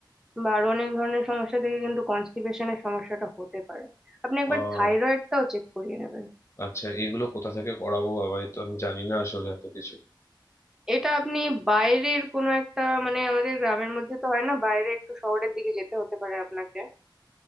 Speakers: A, in the centre; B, on the left.
A: বা আরো অনেক ধরনের সমস্যা থেকে কিন্তু কনস্টিপেশনের সমস্যাটা হতে পারে আপনি একবার
B: আহ
A: থাইরয়েডটাও চেক করিয়ে নেবেন
B: আচ্ছা এগুলো কোথা থেকে করাবো বাবা এ তো আমি জানি না আসলে এত কিছু
A: এটা আপনি বাইরের কোনো একটা মানে আমাদের গ্রামের মধ্যে তো হয় না বাইরে একটু শহরের দিকে যেতে হতে পারে আপনাকে